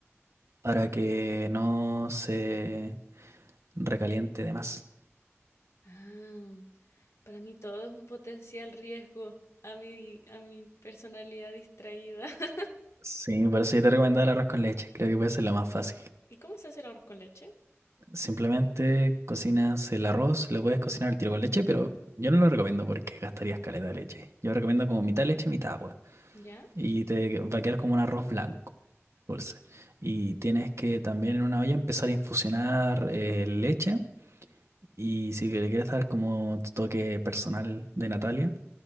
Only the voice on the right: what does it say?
para que no se recaliente de más.
Sí, por eso yo te recomendaba el arroz con leche. Creo que puede ser lo más fácil.
Simplemente cocinas el arroz, lo puedes cocinar al tiro con leche, pero yo no lo recomiendo porque gastarías caleta de leche. Yo recomiendo como mitad leche, mitad agua.
Y te va a quedar como un arroz blanco, dulce. Y tienes que también en una olla empezar a infusionar eh, leche. Y si le quieres dar como tu toque personal de Natalia,